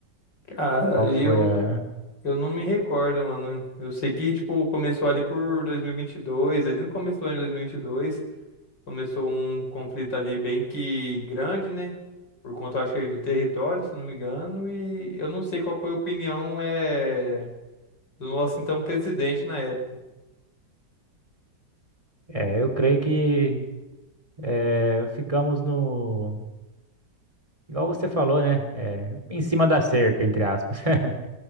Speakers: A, on the left; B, on the right.
A: Cara,
B: Qual
A: eu
B: que foi a...
A: eu não me recordo, mano. Eu sei que tipo começou ali por 2022, ali no começo do ano de 2022. Começou um conflito ali bem que grande, né? Por conta, acho que é de território, se não me engano, e eu não sei qual foi a opinião é, do nosso então presidente na época.
B: É, eu creio que é, ficamos no... Igual você falou, né? É, em cima da cerca, entre aspas. <laughs>